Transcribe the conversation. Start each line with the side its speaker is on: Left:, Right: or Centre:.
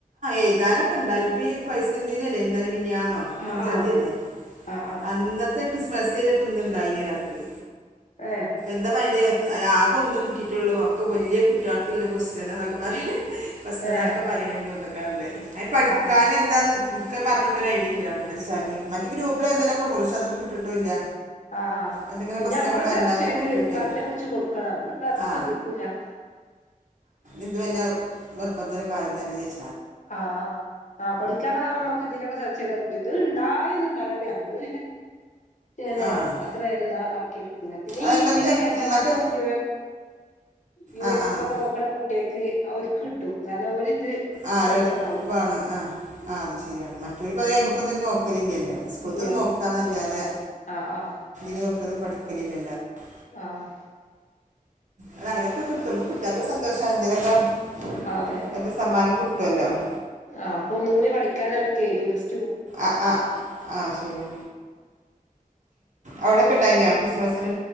Right: എഴ്താനൊക്കെ ഉണ്ട അല്പ്പീ ഈ പരിസ്ഥിതിദിനല്ലേ ഇ
Left: ആഹ്
Right: അഞ്ചാംതിയല്ലേ
Left: ആഹ് ആഹ് ആഹ്
Right: അന്നത്തെ ക്സ്മസിന് അപ്പ്ന്നണ്ടാക്കിയാക്ക്
Left: ഏഹ്
Right: ന്താ <unintelligible> ആകെഒന്നേകിട്ടിട്ടുള്ളൂ ഒക്കെ വലിയ കുട്ടികൾക്കില്ല ക്വസ്റ്റ്യൻ എന്നൊക്കെ പറ കൊച്ചനാൾൊക്കെ
Left: ഏഹ്
Right: പറയുന്നുണ്ടോ ക്ക <unintelligible> അൻ പഠിക്കാന്
Left: ആഹ്
Right: എന്താന്ന് അവ ഐഡിയാല് ഗ്രൂപ്പിലെ എന്തേലും
Left: ആഹ്
Right: <unintelligible> ട്ട ഇല്ല
Left: ആഹ് ആ
Right: എന്തെങ്കിലും
Left: പിന്നെ
Right: ക്വസ്റ്റ്യൻകൾ
Left: അമ്മള്
Right: വരണ്ട
Left: സെർച്ച്
Right: അങ്ങനെ
Left: ചെയ്ത്
Right: വിട്ടിട്ടില്ല
Left: കണ്ടുപിടിച്ചു കൊടുക്കണം നമ്മൾപ്പോ അത്ര
Right: ആ
Left: ശ്രദ്ധിക്കൂല്ല-
Right: ഇതു വല്ല നിർബന്ധ കയന്നല്ലച്ച
Left: ആഹ ആ പഠിക്കാനുള്ളതാവ അമുക്ക് ഇതിലൊക്കെ സെർച്ച് ചെയ്താ കിട്ട- ഇത് ഇണ്ടായന്ന്ണ്ടാകടെ അമ്മള് പിന്നെ- നെ
Right: ആഹ്
Left: അത്ര എണ്ണ ആക്കി എടുക്കൂല പിന്നെ
Right: അത്
Left: ഈ ഇതിനെ
Right: മറ്റേ
Left: എൽ എസ്
Right: മറ്റേ
Left: എസും യ യു
Right: ആഹ്
Left: എസ്
Right: ആഹ്
Left: എസ് ഒക്കെ നോക്കുന്ന കുട്ടികക്ക് അവർക്ക് കിട്ടും കാരണം ഓരിത്-
Right: ആ
Left: പഠിച്ചതാവും
Right: എളുപ്പമാണ് ആ
Left: ഉം ഉം
Right: ആ അത് ശരിയാണ് മാ- ഇപ്പ അമുക്കൊന്നും നോക്കലില്ല- സ്കൂത്ത്
Left: ഇല്ല
Right: നോക്കന്നല്ലാതെ
Left: ആഹ് ആഹ്
Right: ന പും പഠിക്കലില്ലല്ല <unintelligible>
Left: ആഹ്
Right: അ അങ്ങനെയൊക്കെ കട്ടുമ്പോ കുട്ടികൾക്കെ സന്തോഷമാണ് എന്തങ്കലൊക്കെ-
Left: അതെ
Right: അത് സമ്മാനം കുട്ട- ഇല്ലല്ലോ -
Left: ആഹ് അപ്പൊ ഒന്ന് കൂടി പഠിക്കാനൻ ഇൻട്റസ്
Right: ആഹ ആഹ് ആഹ ശരിയ അവിടെൊക്കെ ഉണ്ടായി ഞ ക്രിസ്മസ്-